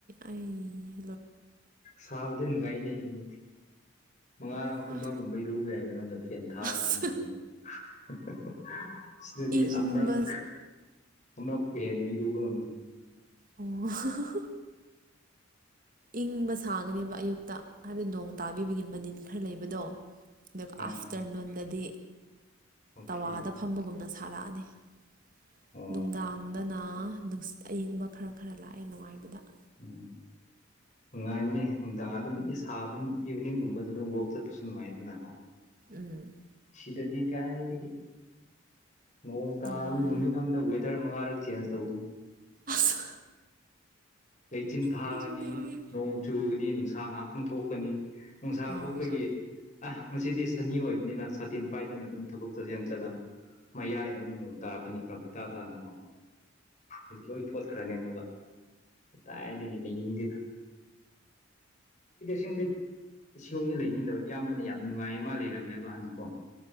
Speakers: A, on the right; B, on the left.
A: ꯑꯩꯅꯦ
B: ꯁꯥꯕꯗꯨ ꯅꯨꯡꯉꯥꯏꯅꯦ ꯑꯗꯨꯝ ꯃꯉꯥꯔꯛ
A: ꯍꯣꯏ
B: ꯍꯨꯝꯕ ꯀꯨꯝꯕ ꯏꯔꯨꯕ ꯌꯥꯏꯗ ꯍꯟꯗꯛ ꯐꯦꯟ ꯊꯥꯔꯒ
A: ꯑꯁ
B: ꯑꯗꯨꯝ ꯂꯩꯅꯤ <inaudible> ꯁꯤꯗꯨꯗꯤ
A: ꯏꯪꯕ
B: ꯑꯃꯛ- ꯑꯃꯛ ꯍꯦꯟꯅ ꯏꯔꯨꯕ ꯉꯝꯗꯦ
A: ꯋꯣꯍꯨ-ꯍꯨ-ꯍꯨ ꯏꯪꯕ ꯁꯥꯒꯅꯤꯕ ꯑꯌꯨꯛꯇ ꯍꯥꯏꯗꯤ ꯅꯣꯡ ꯇꯥꯕꯤꯕꯒꯤ ꯃꯅꯤꯟ ꯈꯔ ꯂꯩꯕꯗꯣ
B: ꯑꯥ
A: ꯑꯥꯐꯇꯔꯅꯨꯟꯗ ꯗꯤ
B: ꯑꯣꯀꯦ
A: ꯇꯋꯥꯗ ꯐꯝꯕꯒꯨꯝꯅ ꯊꯥꯔꯛꯑꯅꯤ <inaudible>
B: ꯑꯣ
A: ꯅꯨꯡꯗꯥꯡꯗꯅ ꯅꯨꯡꯁꯤꯠ ꯑꯌꯤꯡꯕ ꯈꯔ ꯈꯔ ꯂꯥꯛꯑꯦ ꯅꯨꯡꯉꯥꯏꯕꯗ <unintelligible>
B: ꯎꯝ ꯅꯨꯡꯉꯥꯏꯝꯅꯤ ꯅꯨꯡꯗꯥꯡ ꯑꯗꯨꯝ ꯏꯁ ꯑꯥꯕꯨꯝ ꯏꯚꯤꯅꯤꯡꯒꯨꯝꯕꯗ ꯑꯗꯨꯝ ꯋꯛ ꯆꯠꯁꯨ ꯅꯨꯡꯉꯥꯏꯗꯅ
A: ꯎꯝ
B: ꯁꯤꯗꯗꯤ ꯀꯥꯏꯗꯒꯤ ꯅꯣꯡ ꯇꯥꯅꯤ
A: ꯅꯨꯡꯉꯥꯏ
B: ꯅꯨꯃꯤꯠ ꯑꯃꯗ ꯋꯦꯗꯔ ꯃꯉꯥꯔꯛ ꯆꯦꯟꯖ ꯇꯧꯒꯅꯤ
A: ꯑꯁ
B: ꯂꯩꯆꯤꯟ ꯊꯥꯒꯅꯤ
A: ꯅꯣꯛꯅꯤꯡꯉꯦ
B: ꯅꯣꯡ ꯆꯨꯒꯅꯤ ꯅꯨꯡꯁꯥ ꯉꯥꯛ ꯄꯣꯡꯊꯣꯛꯀꯅꯤ ꯅꯨꯡꯁꯥ
A: ꯑꯥ
B: ꯊꯣꯛꯄꯒꯤ
A: ꯑꯁ
B: ꯑꯥ ꯉꯁꯤꯗꯤ ꯁꯥꯅꯤ ꯑꯣꯏꯕꯅꯤꯅ ꯁꯥꯇꯤꯟ ꯄꯥꯏꯗꯅ ꯑꯗꯨꯝ ꯊꯕꯛ ꯆꯠꯁꯦꯅ ꯆꯠꯂ ꯃꯌꯥꯏꯗ ꯑꯃꯨꯛ ꯅꯣꯡ ꯇꯥꯔꯛꯀꯅꯤ ꯐꯔꯛ ꯏꯇꯥ ꯇꯥꯅꯥꯀꯣ ꯑꯗꯨ ꯂꯣꯏ ꯆꯣꯠꯈ꯭ꯔꯅꯤ ꯑꯃꯨꯛꯀ ꯀꯥꯏꯗꯒꯤ ꯂꯩꯅꯤꯡꯗꯦꯗ ꯍꯗꯤ <unintelligible> ꯁꯤꯂꯣꯡꯖꯣꯗꯤ ꯂꯩꯅꯤꯡꯗꯕ ꯏꯌꯥꯝꯕꯅ ꯌꯥꯝ ꯅꯨꯡꯉꯥꯏꯌꯦ ꯃꯥ ꯂꯩꯔꯝꯃꯦꯕ ꯍꯟꯅꯀꯣ